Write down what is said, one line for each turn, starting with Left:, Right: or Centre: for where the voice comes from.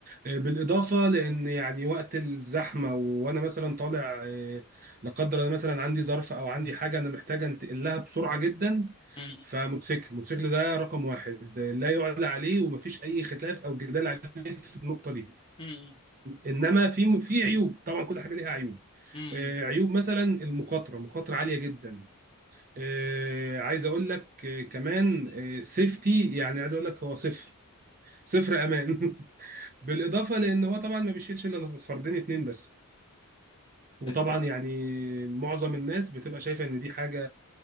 Right: آه، بالاضافه لان يعني وقت الزحمه و- وانا مثلا طالع آه، لا قدر الله مثلا عندي ظرف او عندي حاجه انا محتاج انتقل لها بسرعه جدا
Left: امم
Right: فموتوسيكل الموتوسيكل ده رقم واحد آه، لا يعلى عليه ومفيش اي خلاف او جدال عليه في النقطه دي
Left: امم
Right: انما في في عيوب طبعا كل حاجه ليها عيوب
Left: امم
Right: آه، عيوب مثلا المخاطره مخاطره عاليه جدا آه، عايز اقول لك آه، كمان سيفتي يعني عايز اقول لك هو صفر صفر امان <laughs> بالاضافه لان هو طبعا ما بيشيلش الا فردين اتنين بس وطبعا
Left: انت
Right: يعني معظم الناس بتبقى شايفه ان دي حاجه